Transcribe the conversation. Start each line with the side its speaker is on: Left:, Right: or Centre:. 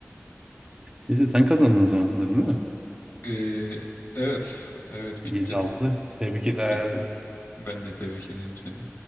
Right: Neyse sen kazandın o zaman sanırım değil mi?
Left: Ee, evet. Evet
Right: 7-6.
Left: bitti.
Right: Tebrik
Left: Bitti.
Right: ederim.
Left: Ben de tebrik ederim seni.